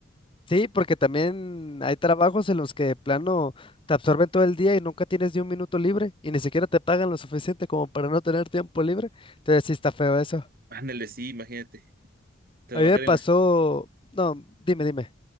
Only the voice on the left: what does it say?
Sí, porque también hay trabajos en los que de plano te absorben todo el día y nunca tienes ni un minuto libre y ni siquiera te pagan lo suficiente como para no tener tiempo libre. Entonces sí está feo eso.
A mí me pasó,
no, dime, dime.